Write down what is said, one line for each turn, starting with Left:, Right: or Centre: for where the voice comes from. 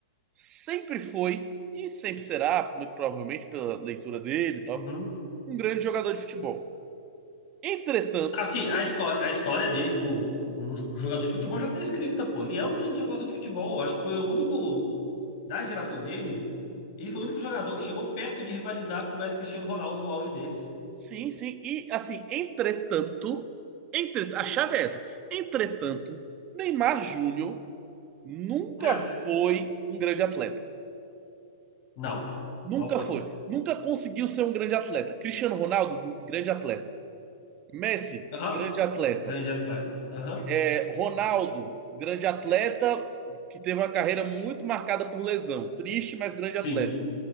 Right: sempre foi e sempre será, muito provavelmente pela leitura dele e tal,
Left: Uhum.
Right: um grande jogador de futebol. Entretanto,
Left: Ah, sim, a história, a história dele como, como jo- jogador de futebol já tá escrita, pô. Ele é um grande jogador de futebol. Eu acho que foi o único da geração dele. Ele foi o único jogador que chegou perto de rivalizar com o Messi e Cristiano Ronaldo no auge deles.
Right: sim, sim, e assim, entretanto, entre, a chave é essa: entretanto, Neymar Júnior nunca
Left: É.
Right: foi um grande atleta.
Left: Não,
Right: Nunca
Left: não foi.
Right: foi. Nunca conseguiu ser um grande atleta. Cristiano Ronaldo, grande atleta. Messi,
Left: Aham.
Right: grande atleta.
Left: Grande atleta. Aham.
Right: É, Ronaldo, grande atleta, que teve uma carreira muito marcada por lesão. Triste, mas grande
Left: Sim.
Right: atleta.